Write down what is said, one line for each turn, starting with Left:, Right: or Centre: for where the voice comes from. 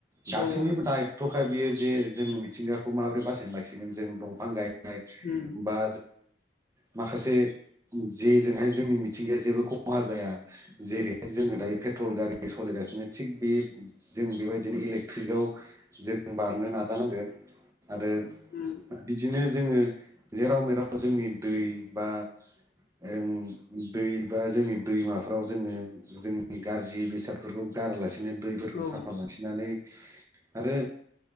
Right: गासैनिबो
Left: औ
Right: दायथ'खााय बियो जे जों सिंगाखौ माबोरै बासायना लाखियो जों दंफां गायनाय
Left: उम,
Right: बा माखासे जे जोंहाय जोंनि मिथिंगाया जेबो खहा जाया जेरैहाय जोङो दायो पेट्रल गारि सालायगासिनो थिग बे जों बेबायदिनो इलेक्ट्रिकआव जों बारनो नाजानांगोन आरो
Left: उम,
Right: बिदिनो जोङो जेराव मेराव जोंनि दै बा ओं दै बा जोंनि दैमाफोराव जोङो जों गाज्रि बेसादफोरखौ गारालासिनो दैफोरखौ
Left: औ
Right: साफा लाखिनानै आरो